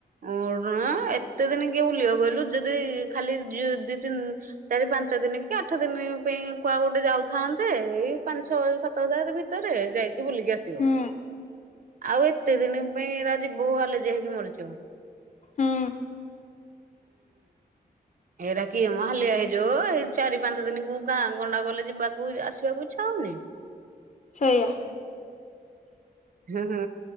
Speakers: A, on the right; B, on the left.
A: ଉଠୁମ ଏତେ ଦିନି କିଏ ବୁଲିବ କହିଲୁ, ଯଦି ଖାଲି ଦି ତିନି ଚାରି ପାଞ୍ଚ ଦିନି କି ଆଠ ଦିନି ପେଇଁ କୁଆ ଗୋଟେ ଯାଉଥାନ୍ତେ, ଏଇ ପାଞ୍ଚ ଛଅ ସାତ ହଜାର ଭି ତୋର ଏ ଯାଏ। ବୁଲିକି ଆସିବ।
B: ହୁଁ
A: ଆଉ ଏତେ ଦିନି ପାଇଁ ଏରା ଜିବୁ ଆଲେର୍ଜି ହେଇକି ମରି ତୁ ଉଁ।
B: ହୁଁ
A: ଏଇରା କିଏମ ହାଲିଆ ହେଇଯିବୁ। ଏଇ ଚାରି ପାଞ୍ଚ ଦିନି କୋଉ ଗାଁ ଗଣ୍ଡା ଗଲେ ଯିବାକୁ ଆସିବାକୁ ଇଚ୍ଛା ହେଉନି।
B: ଛେଇୟା।
A: ହୁଁ ହୁଁ